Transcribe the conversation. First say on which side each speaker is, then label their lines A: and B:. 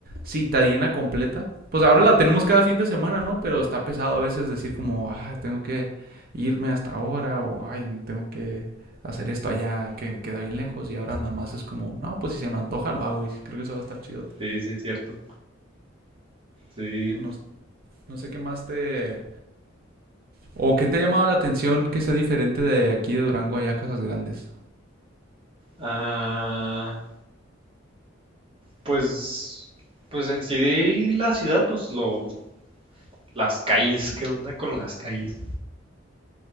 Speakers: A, on the right; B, on the right.
A: citadina completa. Pues ahora
B: sí,
A: la tenemos cada fin de semana, ¿no? Pero está pesado a veces decir como, ah, tengo que irme hasta ahora o, ay, tengo que hacer esto allá que queda bien lejos y ahora nada más es como, no, pues si se me antoja lo hago y sí, creo que eso va a estar chidote.
B: sí, sí, es cierto. Sí.
A: No, no sé qué más te... ¿O qué te ha llamado la atención que sea diferente de aquí de Durango allá a Casas Grandes?
B: Ah, pues, pues en sí la ciudad, pues lo, las calles, ¿qué onda con las calles?